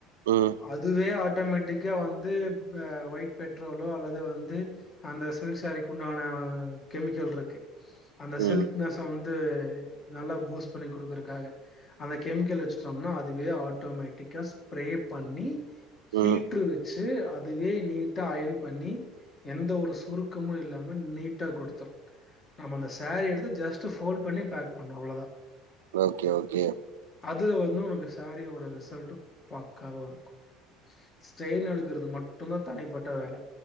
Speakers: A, on the right; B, on the left.
A: ம்
B: அதுவே ஆட்டோமேட்டிக வந்து ஒயிட் பெட்ரோலோ அல்லது வந்து அந்த சில்க் சாரிக்கு உண்டான கெமிக்கல் இருக்கு அந்த சில்க்
A: ம்
B: நஸ் வந்து நல்லா பூஸ்ட் பண்ணி குடுக்கருக்காக அந்த கெமிக்கல் வச்சுட்டோம்னா அதுவே ஆட்டோமேட்டிக்கா ஸ்ப்ரே பண்ணி ஹீட்ரு
A: ம்
B: வச்சு அது அதுவே நீட்டா அயன் பண்ணி எந்த ஒரு சுருக்கமு இல்லாம நீட்டா கொடுத்துரு நம்ம அந்த சேரி எடுத்து ஜஸ்ட் ஃபோல்டு பண்ணி பேக் பண்ரோ அவ்வளோதா
A: ஓகே ஓகே
B: அதுல வந்து உனக்கு சாரியோட ரிசல்ட் பக்காவா இருக்கு ஸ்டெயில் எடுக்கறது மட்டுதா தனிப்பட்ட வேலை